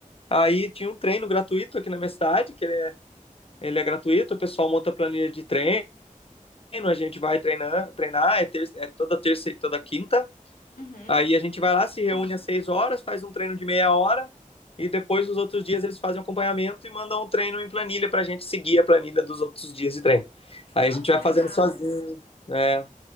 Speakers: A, on the left; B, on the left.
A: Aí tinha um treino gratuito aqui na minha cidade, que ele é, ele é gratuito, o pessoal monta a planilha de treino, a gente vai treinar, treinar é, terça- é toda terça e toda quinta.
B: Uhum.
A: Aí a gente vai lá, se reúne às seis horas, faz um treino de meia hora, e depois os outros dias eles fazem acompanhamento e mandam um treino em planilha pra gente seguir a planilha dos outros dias de treino. Aí
B: Nossa,
A: a gente
B: que
A: vai
B: legal.
A: fazendo sozinho. É,